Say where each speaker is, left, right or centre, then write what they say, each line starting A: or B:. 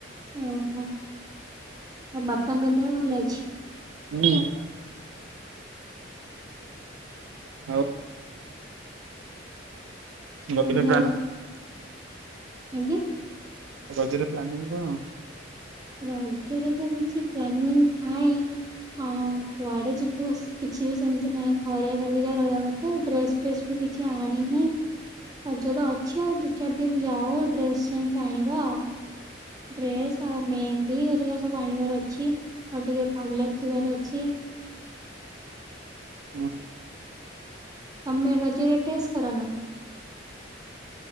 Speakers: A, on the right; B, on the right.
A: ଓହୋ ଆଉ ବାପାଙ୍କ ଦେହ ଭଲ ଅଛି।
B: <unintelligible> ଆଉ ଗପିଲେ
A: ସନ୍ଧ୍ୟାବେଳେ
B: ପ୍ଲାଣ୍ଟ
A: ଆଜ୍ଞା।
B: ରଜରେ ପ୍ଲାନିଂ କଣ?
A: ରଜରେ ତ କିଛି ପ୍ଲାନିଂ ଥାଏ ଆଉ କୁଆଡେ ଯିବୁ ସେ କିଛ କିଛି ବି ସେମିତି ନାହିଁ ଘରେ ଖାଲି ଯା ରହିବା କଥା ଡ୍ରେସ ଫ୍ରେସ ବି କିଛି ଆଣିନି ରଜ ତ ଅଛି ଆଉ ଦି ଚାରି ଦିନ ଯାଉ ଡ୍ରେସ ଯାଇକି ଆଣିବା ଆଉ। ଡ୍ରେସ ଆଉ ମେହେନ୍ଦୀ ହେରିକା ସବୁ ଆଣିବାର ଅଛି ଆଉ ଟିକେ ପାର୍ଲର ଯିବାର ଅଛି। <inaudible>
B: ହଁ।
A: ତମେ ରଜ ରେ ଡ୍ରେସ୍ କର ନା?